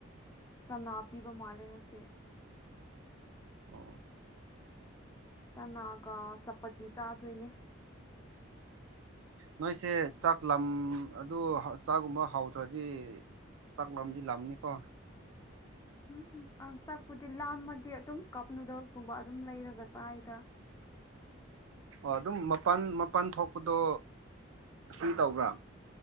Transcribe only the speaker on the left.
ꯆꯅꯥ ꯄꯤꯕ ꯃꯥꯂꯦ ꯉꯁꯤ
ꯆꯅꯥꯒ ꯆꯄꯇꯤ ꯆꯥꯗꯣꯏꯅꯦ
ꯎꯝ ꯑꯝ ꯆꯥꯛꯄꯨꯗꯤ ꯂꯥꯝꯃꯗꯤ ꯑꯗꯨꯝ ꯀꯞ ꯅꯨꯗꯜꯁꯀꯨꯝꯕ ꯑꯗꯨꯝ ꯂꯩꯔꯒ ꯆꯥꯏꯗ